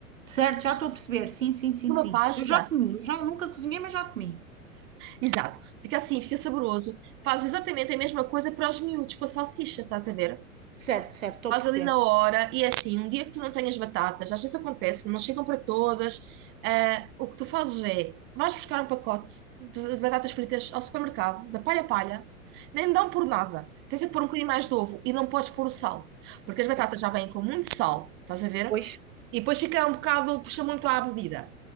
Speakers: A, on the right (about 65°); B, on the right (about 25°).
A: Certo, já estou a perceber. Sim, sim, sim,
B: Fica
A: sim.
B: uma pasta.
A: Eu já comi. Eu já nunca cozinhei, mas já comi.
B: Exato. Fica assim, fica saboroso. Faz exatamente a mesma coisa para os miúdos com a salsicha, estás a ver?
A: Certo, certo, estou
B: faz
A: a perceber.
B: ali na hora, e é assim, um dia que tu não tenhas batatas, às vezes acontece, não chegam para todas, ah, o que tu fazes é, vais buscar um pacote de, de batatas fritas ao supermercado, da palha a palha, nem dão por nada, tens de pôr um bocadinho mais de ovo, e não podes pôr o sal, porque as batatas
A: Ok.
B: já vêm com muito sal, estás a ver?
A: Pois?
B: E depois fica um bocado, puxa muito à bebida,